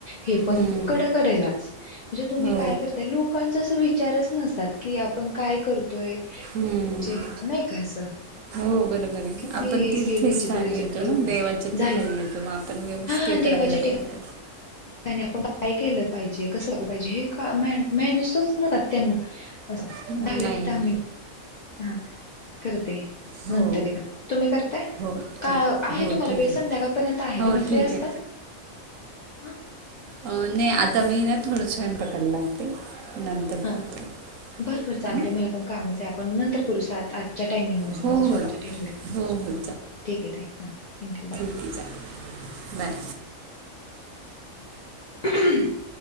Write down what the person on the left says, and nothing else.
हे
पण कडकडेलाच. म्हणजे तुम्ही
काय करताय लोकांचा असं विचारच नसतात की आपण काय करतोय.
म्हणजे नाही का असं
किती
कि विचित्र
विचित्र
लोक
असतात
झालेत
हा देवाच्या
आपण काय केलं पाहिजे कसं पाहिजे हे मॅनसच नसतात त्यांना असं
झाले
त्या हा करते.
नंतर येक तुम्ही करताय
का
आहे
तुम्हाला
वेळ संध्याकाळपर्यंत आहे तुम्ही
फ्री
असता?
हा
हा
बरं बर चालतंय
मला पण कामच आहे आपण नंतर करू सात आठ च्या टायमिंगमध्ये
म्हणजे स्वयंपाक
वगैरे होईल
ठीक आहे ताई हां थँक्यू बाय.
हम्,